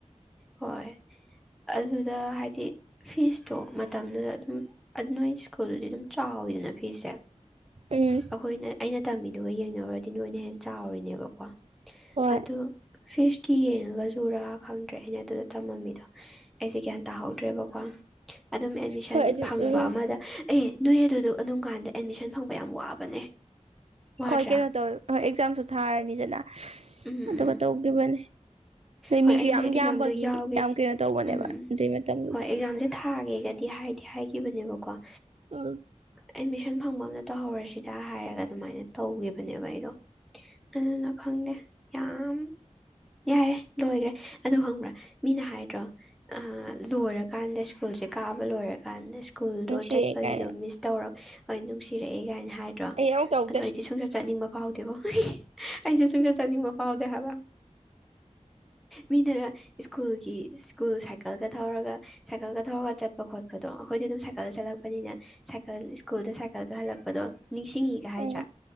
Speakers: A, in the centre; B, on the right.
A: ꯍꯣꯏ ꯑꯗꯨꯗ ꯍꯥꯏꯗꯤ ꯐꯤꯁꯇꯣ ꯃꯇꯝꯗꯨꯗ ꯑꯗꯨꯝ ꯑꯗꯨ ꯅꯣꯏꯁꯨ ꯁ꯭ꯀꯨꯜꯗꯨꯗꯤ ꯑꯗꯨꯝ ꯆꯥꯎꯋꯤꯗꯅ ꯐꯤꯁꯁꯦ
B: ꯎꯝ
A: ꯑꯩꯈꯣꯏꯅ ꯑꯩꯅ ꯇꯝꯃꯤꯗꯨꯒ ꯌꯦꯡꯅꯔꯨꯔꯗꯤ ꯅꯣꯏꯅ ꯍꯦꯟꯅ ꯆꯥꯎꯔꯤꯅꯦꯕꯀꯣ
B: ꯍꯣꯏ
A: ꯑꯗꯨ ꯐꯤꯁꯀꯤ ꯌꯦꯡꯉꯒ ꯁꯨꯔꯥ ꯈꯪꯗ꯭ꯔꯦ ꯑꯩꯅ ꯑꯗꯨꯗ ꯇꯝꯃꯝꯃꯤꯗꯣ ꯑꯩꯁꯦ ꯒ꯭ꯌꯥꯟ ꯇꯥꯍꯧꯗ꯭ꯔꯦꯕꯀꯣ ꯑꯗꯨꯝ ꯑꯦꯠꯃꯤꯁꯟ
B: ꯍꯣꯏ ꯑꯗꯨ
A: ꯐꯪꯕ
B: ꯎꯝ
A: ꯑꯃꯗ ꯑꯦ ꯅꯣꯏ ꯑꯗꯨꯗꯨ ꯑꯗꯨꯝ ꯀꯥꯟꯗ ꯑꯦꯠꯃꯤꯁꯟ ꯐꯪꯕ ꯌꯥꯝ ꯋꯥꯕꯅꯦ ꯋꯥꯗ꯭ꯔꯥ
B: ꯍꯣꯏ ꯀꯩꯅꯣ ꯇꯧꯋ‌ꯦ ꯍꯣꯏ ꯑꯦꯛꯖꯥꯝꯁꯨ ꯊꯥꯔꯅꯤꯗꯅ
A: ꯎꯝ ꯎꯝ
B: ꯑꯗꯨꯒꯥ ꯇꯧꯒꯤꯕꯅꯦ ꯑꯗꯩ
A: ꯍꯣꯏ
B: ꯃꯤꯁꯨ
A: ꯑꯩꯁꯦ
B: ꯌꯥꯝ
A: ꯑꯦꯛꯖꯥꯝꯗꯣ
B: ꯌꯥꯝꯕꯒꯤ
A: ꯌꯥꯎꯒꯦꯗꯤ
B: ꯌꯥꯝ ꯀꯩꯅꯣ ꯇꯧꯕꯅꯦꯕ
A: ꯎꯝ
B: ꯑꯗꯨꯏ ꯃꯇꯝꯗꯨꯗ
A: ꯍꯣꯏ ꯑꯦꯛꯖꯥꯝꯁꯦ ꯊꯥꯒꯦꯒꯗꯤ ꯍꯥꯏꯗꯤ ꯍꯥꯏꯈꯤꯕꯅꯦꯕꯀꯣ
B: ꯑ <unintelligible>
A: ꯑꯦꯗꯃꯤꯁꯟ ꯐꯪꯕ ꯑꯃꯝꯗ ꯇꯧꯍꯧꯔꯁꯤꯗ ꯍꯥꯏꯔꯒ ꯑꯗꯨꯃꯥꯏꯅ ꯇꯧꯈꯤꯕꯅꯦꯕ ꯑꯩꯗꯣ ꯑꯗꯨꯅ ꯈꯪꯗꯦ ꯌꯥꯝ ꯌꯥꯔꯦ ꯂꯣꯏꯈ꯭ꯔꯦ ꯑꯗꯨ ꯈꯪꯕ꯭ꯔꯥ ꯃꯤꯅ ꯍꯥꯏꯗ꯭ꯔꯣ ꯑꯥ ꯂꯣꯏꯔꯒ ꯀꯥꯟꯗ ꯁ꯭ꯀꯨꯜꯁꯦ ꯀꯥꯕ ꯂꯣꯏꯔꯀꯥꯟꯗ ꯁ꯭ꯀꯨꯜꯗꯣ
B: ꯅꯨꯡꯁꯤꯔꯛꯑꯦ
A: ꯆꯠꯄꯒꯤꯗꯣ
B: ꯀꯥꯏꯅ
A: ꯃꯤꯁ ꯇꯧꯔ ꯍꯣꯏ ꯅꯨꯡꯁꯤꯔꯛꯑꯦ ꯀꯥꯏꯅ ꯍꯥꯏꯗ꯭ꯔꯣ
B: ꯑꯩ ꯑꯃꯨꯛ ꯇꯧꯗꯦ
A: ꯑꯗꯨ ꯑꯩꯗꯤ ꯁꯨꯡꯆꯠ ꯆꯠꯅꯤꯡꯕ ꯐꯥꯎꯗꯦꯕꯣ ꯑꯩꯁꯨ ꯁꯨꯡꯆꯠ ꯆꯠꯅꯤꯡꯕꯣ ꯐꯥꯎꯗꯦ ꯍꯥꯏꯕ ꯃꯤꯅꯒ ꯁ꯭ꯀꯨꯜꯒꯤ ꯁ꯭ꯀꯨꯜ ꯁꯥꯏꯀꯜꯒ ꯊꯧꯔꯒ ꯁꯥꯏꯀꯜꯒ ꯊꯧꯔꯒ ꯆꯠꯄ ꯄ ꯈꯣꯠꯄꯗꯣ ꯈꯣꯏꯗꯤ ꯑꯗꯨꯝ ꯁꯥꯏꯀꯜꯗ ꯆꯠꯂꯛꯄꯅꯤꯅ ꯁꯥꯏꯀꯜ ꯁ꯭ꯀꯨꯜꯗ ꯁꯥꯏꯀꯜꯒ ꯍꯜꯂꯛꯄꯗꯣ ꯅꯤꯡꯁꯤꯡꯉꯤ
B: ꯎꯝ
A: ꯒ ꯍꯥꯏꯗ꯭ꯔꯥ
B: ꯎꯝ